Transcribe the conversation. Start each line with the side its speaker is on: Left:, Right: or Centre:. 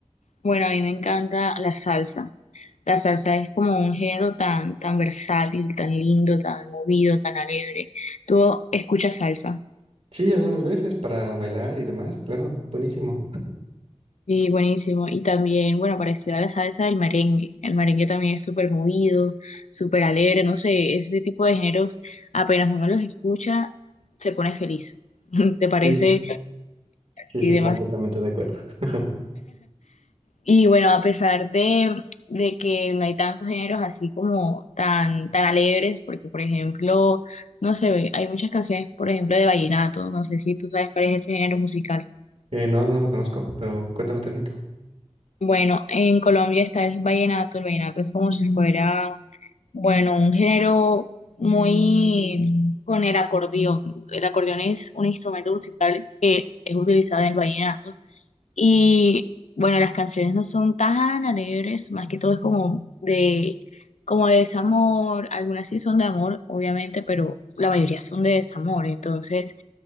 Left: Bueno, a mí me encanta la salsa. La salsa es como un género tan, tan versátil, tan lindo, tan movido, tan alegre. Tú escuchas salsa.
Right: Sí, algunas veces para bailar y demás, claro, buenísimo.
Left: Sí, buenísimo. Y también, bueno, parecido a la salsa, el merengue. El merengue también es súper movido, súper alegre. No sé, ese tipo de géneros, apenas uno los escucha, se pone feliz. <laughs> ¿Te parece?
Right: Sí, sí, sí,
Left: Y
Right: sí,
Left: demás.
Right: completamente de acuerdo. <laughs>
Left: Y bueno, a pesar de, de que no hay tantos géneros así como tan, tan alegres, porque por ejemplo, no sé, hay muchas canciones, por ejemplo, de vallenato, no sé si tú sabes cuál es ese género musical.
Right: Eh, no, no lo conozco, pero cuéntame tantito.
Left: Bueno, en Colombia está el vallenato, el vallenato es como si fuera, bueno, un género muy con el acordeón. El acordeón es un instrumento musical que es, es utilizado en el vallenato Y bueno, las canciones no son tan alegres, más que todo es como de, como de desamor, algunas sí son de amor, obviamente, pero la mayoría son de desamor, entonces,